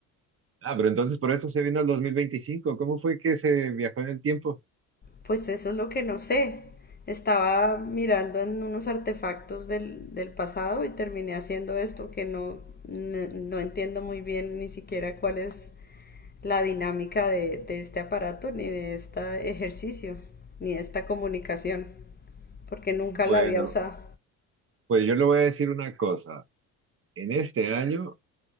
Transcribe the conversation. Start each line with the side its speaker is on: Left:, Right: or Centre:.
Right: Ah, pero entonces por eso se vino al 2025. ¿Cómo fue que se viajó en el tiempo?
Left: Pues eso es lo que no sé. Estaba mirando en unos artefactos del, del pasado y terminé haciendo esto que no, no, no entiendo muy bien ni siquiera cuál es la dinámica de, de este aparato, ni de este ejercicio, ni de esta comunicación, porque nunca
Right: Bueno,
Left: la había usado.
Right: pues yo le voy a decir una cosa. En este año,